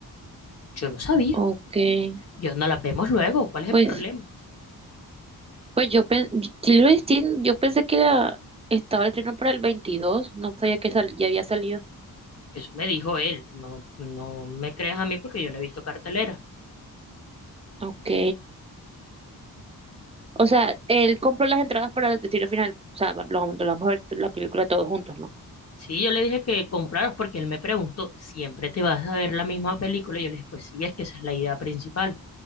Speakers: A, on the left; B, on the right.
A: yo no sabía,
B: ok.
A: yo no las vemos luego, ¿cuál es
B: Pues,
A: el problema?
B: pues yo, pen- Lilo y Stitch, yo pensé que la, estaba el estreno para el 22. no sabía que sal- ya había salido.
A: Eso me dijo él, no, no me creas a mí porque yo no he visto cartelera.
B: Ok. O sea, él compró las entradas para el destino final. O sea, va- lo, vamos lo vamos a ver la película todos juntos, ¿no?
A: Sí, yo le dije que compraras porque él me preguntó, ¿siempre te vas a ver la misma película? Y yo le dije, pues sí, es que esa es la idea principal,